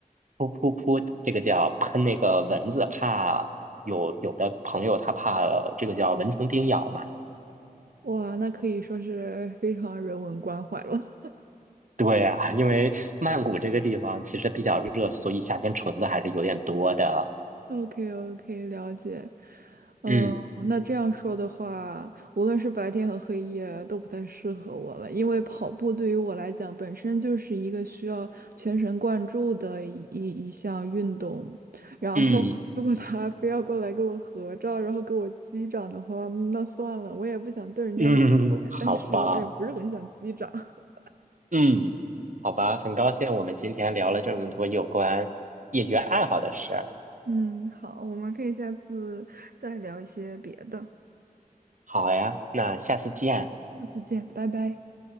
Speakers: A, on the right; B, on the right.
A: 噗噗噗，这个叫喷那个蚊子，怕有有的朋友他怕这个叫蚊虫叮咬嘛。
B: 哇，那可以说是非常人文关怀了。<laughs>
A: 对呀，因为曼谷这个地方其实比较热，所以夏天虫子还是有点多的。
B: o k o k 了解。嗯，
A: 嗯
B: 那这样说的话，无论是白天和黑夜都不太适合我了，因为跑步对于我来讲本身就是一个需要全神贯注的一一一项运动，然后
A: 嗯
B: <laughs> 如果他非要过来跟我合照，然后给我击掌的话，那算了，我也不想对人家冷脸，
A: 嗯，好吧，
B: 但是我也不是很想击掌。<laughs>
A: 嗯，好吧，很高兴我们今天聊了这么多有关业余爱好的事儿。
B: 嗯，好，我们可以下次再聊一些别的。
A: 好呀，那下次见，
B: 下次见，拜拜。